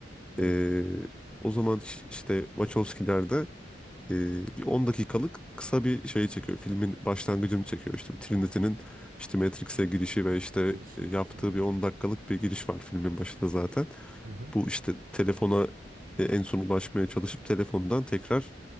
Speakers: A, on the right; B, in the centre.
A: Evet.
B: E, o zaman ş- işte Wachowski'ler de e, bir 10 dakikalık kısa bir şey çekiyor. Filmin başlangıcını çekiyor. İşte Trinity'nin işte Matrix'e girişi ve işte
A: Girişi.
B: e, yaptığı
A: Ha.
B: bir 10 dakikalık bir giriş var filmin başında zaten.
A: Hı hı.
B: Bu işte telefona e, en son ulaşmaya çalışıp telefondan tekrar